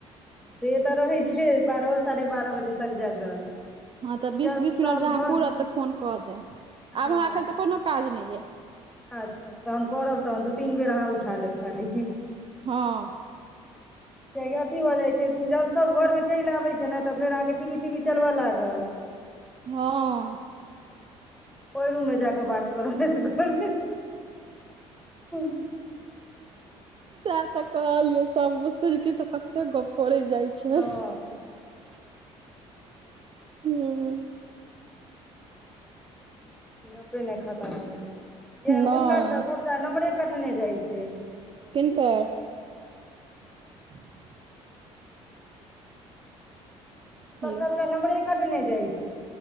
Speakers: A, in the centre; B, on the right (about 35°).
A: से तऽ रहै छै, बारहो साढ़े बारह बजे तक जगल।
B: ह
A: लेकिन
B: तऽ
A: जहन
B: बीस - बीस मिनट
A: सब
B: जहाँ
A: घर
B: पूरत त फोन क देब, आब
A: हँ
B: हमरा अखैन स कोनो काज नै ये।
A: अच्छा। तऽ हम करब तहन दू - तीन बेर अहाँ उठा लेब खाली।
B: हँ।
A: कियेकि अथी भऽ जाइ छै, जहन सब घरमे चैल आबै छै ने त फेर आहाँके टीवी - तीबि चलबऽ लागल।
B: हँ।
A: ओय रू मे जाकऽ बात कर <unintelligible>
B: सेह तऽ कहलियो सब बुझतै जे किसब कते गप करै जाइ। छै
A: हँ।
B: <unintelligible>
A: गप्पे नै खतम होए, यै
B: नहि
A: हुनकर तऽ सब नमरे कटने जाइ छै।
B: किनकर? <inaudible>
A: हुनकर
B: हेलो
A: सबटा नमरे कटने जाइ छै।